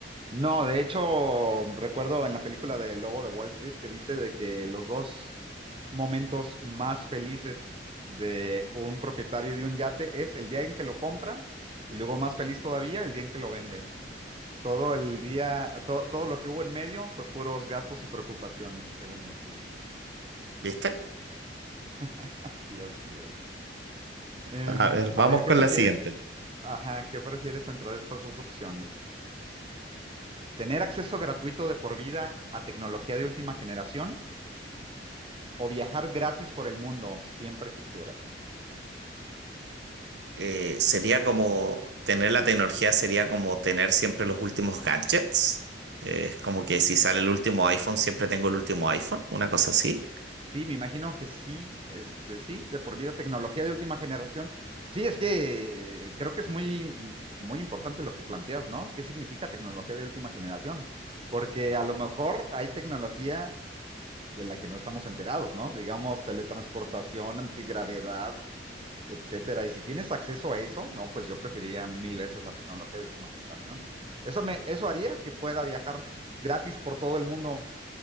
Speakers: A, on the right; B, on the right.
A: No, de hecho, recuerdo en la película de Lobo de Wall Street que dice de que los dos momentos más felices de un propietario de un yate es el día en que lo compra y luego más feliz todavía el día en que lo vende. Todo el día, to- todo lo que hubo en medio fue puros gastos y preocupaciones, según esto dicen.
B: ¿Viste?
A: <laughs> Así, así es. Em,
B: A ver, vamos
A: a ver, ¿qué
B: con
A: prefieres?
B: la siguiente.
A: Ajá, ¿qué prefieres entre estas dos opciones? Tener acceso gratuito de por vida a tecnología de última generación o viajar gratis por el mundo siempre que quieras.
B: Eh, sería como tener la tecnología, sería como tener siempre los últimos gadgets. Eh, es como que si sale el último iPhone, siempre tengo el último iPhone, una cosa así.
A: Sí, me imagino que sí, este, sí, de por vida tecnología de última generación. Sí, es que eh, creo que es muy, muy importante lo que planteas, ¿no? ¿Qué significa tecnología de última generación? Porque a lo mejor hay tecnología de la que no estamos enterados, ¿no? Digamos, teletransportación, antigravedad, etcétera. Y si tienes acceso a eso, no, pues yo preferiría mil veces la tecnología de última generación. Eso me, eso haría que pueda viajar gratis por todo el mundo